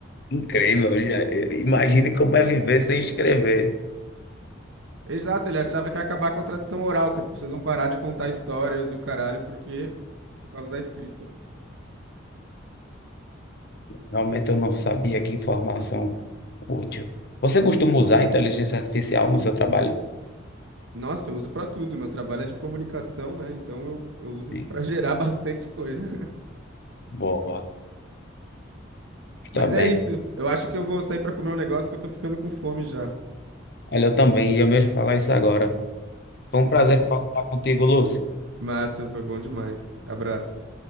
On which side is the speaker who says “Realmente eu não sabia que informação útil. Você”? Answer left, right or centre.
Left